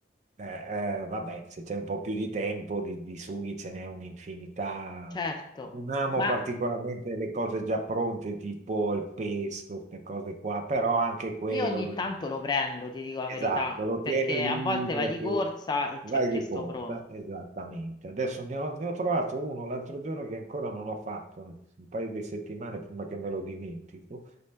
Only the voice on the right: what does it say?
eh, eh, vabbè, se c'è un po' più di tempo, di, di sughi ce n'è un'infinità.
Non amo
particolarmente le cose già pronte, tipo il pesto, queste cose qua, però anche quello
di...
Esatto,
lo
tieni lì
perché
vai
di corsa,
esattamente. Adesso ne ho, ne ho trovato uno l'altro giorno che ancora non ho fatto, anzi, un paio di settimane prima che me lo dimentico,